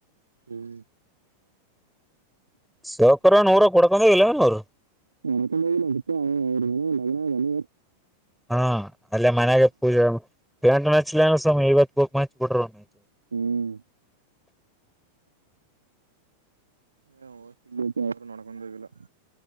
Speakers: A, on the right; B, in the centre.
A: ಹ್ಮ್
B: ಸಾವಕರ ನೂರ ಕೊಡ್ಕೊಂಡ ಇಲ್ಲ ನೂರು
A: ವಣಕ ಬದಲ ಅವ ಮ ಲಗ್ನನ
B: ಹಾ ಅಲ್ಲೇ ಮನ್ಯಾಗ ಪೂಜೆ ಪಂಟು ನಚ್ಲ ಸ್ ಐವತ್ ಬಕ್ ಹಚ್ ಬಿಡ್ರರುಮ್ಮ
A: ಹ್ಮ್ ಏ ಹೋಗ ಅವ್ರರು ನೋಡ್ಕೊಂಡೋಗಿಲ್ಲ